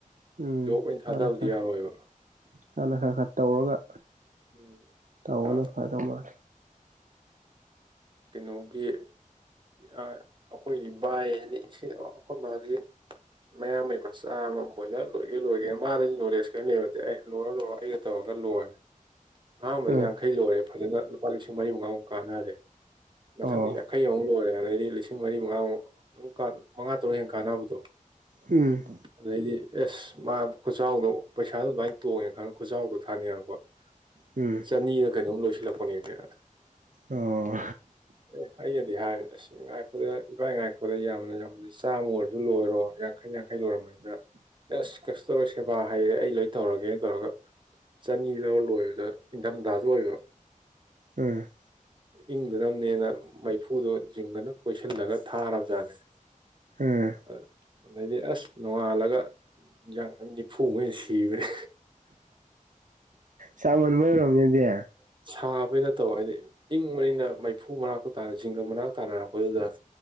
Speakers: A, on the right (about 65°); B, on the right (about 35°).
A: ꯎꯝ
B: ꯖꯣꯕ ꯑꯣꯏꯅ ꯊꯥꯗꯕꯗꯤ
A: ꯍꯥꯟꯅ ꯈꯔ
B: ꯌꯥꯔꯣꯏꯕ
A: ꯍꯥꯟꯅ ꯈꯔ ꯈꯔ ꯇꯧꯔꯒ
B: ꯎꯝ
A: ꯇꯧꯕꯅ ꯐꯗꯧ ꯃꯥꯜꯜꯂꯤ
B: ꯀꯩꯅꯣꯒꯤ ꯑꯩꯈꯣꯏꯒꯤ ꯕꯥꯏ ꯍꯥꯏꯗꯤ ꯏꯁꯤꯡ ꯑꯩꯈꯣꯏ ꯃꯥꯒꯤ ꯃꯌꯥꯝꯕꯩ ꯃꯆꯥ ꯑꯃ ꯃꯣꯏꯅ ꯂꯣꯏꯒꯦ ꯂꯣꯏꯒꯦ ꯃꯥꯅ ꯅꯣꯂꯦꯖ ꯀꯦꯝ ꯂꯩꯕ ꯅꯠꯇꯦ ꯑꯩ ꯂꯣꯏꯔꯣ ꯂꯣꯏꯔ ꯑꯩꯒ ꯇꯧꯔꯒ ꯂꯣꯏꯔꯦ ꯑꯍꯥꯟꯕꯩ
A: ꯎꯝ
B: ꯌꯥꯡꯈꯩ ꯂꯣꯏꯔꯦ ꯐꯖꯅ ꯂꯨꯄꯥ ꯂꯤꯁꯤꯡ ꯃꯔꯤ ꯃꯉꯥꯃꯨꯛ ꯀꯥꯟꯅꯔꯦ ꯃꯊꯪꯗ
A: ꯑꯣ
B: ꯌꯥꯡꯈꯩ ꯑꯃꯨꯛ ꯂꯣꯏꯔꯦ ꯑꯗꯩꯗꯤ ꯂꯤꯁꯤꯡ ꯃꯔꯤ ꯃꯉꯥꯃꯨꯛ ꯑꯃꯨꯛ ꯃꯉꯥ ꯇꯔꯨꯛ ꯍꯦꯟꯟꯅ ꯀꯥꯟꯅꯕꯗꯣ
A: ꯎꯝ
B: ꯑꯗꯩꯗꯤ ꯑꯦꯁ ꯃꯥ ꯈꯨꯆꯥꯎꯗꯣ ꯄꯩꯁꯥꯗꯣ ꯑꯗꯨꯃꯥꯏꯅ ꯇꯣꯡꯉꯦ ꯈꯜꯅ ꯈꯨꯆꯥꯎꯗꯣ ꯊꯥꯅꯤꯡꯉꯛꯄ ꯎ <inaudible>
A: ꯎꯝ
B: ꯆꯅꯤꯔ ꯀꯩꯅꯣꯝ ꯂꯣꯏꯁꯤꯜꯂꯛꯄꯅꯦꯃꯦ
A: ꯑꯣ
B: ꯑꯦ ꯑꯩꯩꯅꯗꯤ ꯍꯥꯏꯕꯅꯦ ꯑꯁ ꯉꯥꯏꯈꯣꯗ ꯏꯕꯥꯏ ꯉꯥꯏꯈꯣꯗ ꯌꯥꯝꯅ ꯌꯥꯝꯅ ꯆꯥꯝꯃ ꯑꯣꯏꯔꯁꯨ ꯂꯣꯏꯔꯣ ꯌꯥꯝ ꯌꯥꯡꯈꯩ ꯌꯥꯡꯈꯩ ꯂꯣꯏꯔꯝꯕꯗꯨꯗ ꯑꯗꯨꯅ ꯑꯁ ꯀꯩꯁꯨ ꯇꯧꯔꯣꯏ ꯁꯦꯕꯥ ꯍꯩꯔꯦ ꯑꯩ ꯂꯣꯏ ꯇꯧꯔꯒꯦꯅ ꯇꯧꯔꯒ ꯆꯅꯤ ꯂꯧꯔ ꯂꯣꯏꯕꯗ ꯏꯪꯊꯝꯊꯥꯁꯨ ꯑꯣꯏꯕ
A: ꯎꯝ
B: ꯏꯪꯗꯅꯕꯅꯦꯅ ꯃꯩꯐꯨꯗꯣ ꯖꯤꯡꯒꯅ ꯀꯣꯏꯁꯤꯜꯂꯒ ꯊꯥꯔꯕꯖꯥꯠꯅꯦ
A: ꯎꯝ
B: ꯑ <inaudible> ꯑꯗꯩꯗꯤ ꯑꯁ ꯅꯣꯡꯉꯥꯜꯂꯒ ꯌꯥꯡ ꯅꯤꯐꯨ ꯃꯨꯛ ꯁꯤꯕꯅꯦ
A: ꯁꯥꯃꯟꯕꯩ ꯑꯣꯏꯔꯝꯅꯤ ꯑꯗꯨꯗꯤ
B: ꯁꯥꯕꯩ ꯅꯠꯇꯕ ꯍꯥꯏꯗꯤ ꯏꯪꯕꯅꯤꯅ ꯃꯩꯐꯨ ꯃꯅꯥꯛꯇ ꯇꯥꯅ ꯖꯤꯡꯒ ꯃꯅꯥꯛꯇ ꯇꯥꯅꯔꯛꯄꯗꯨꯗ